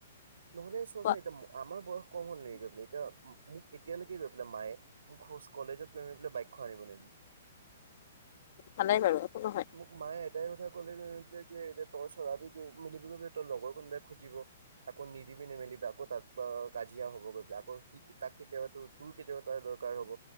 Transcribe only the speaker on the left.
কোৱা
ভালে বাৰু একো নহয়।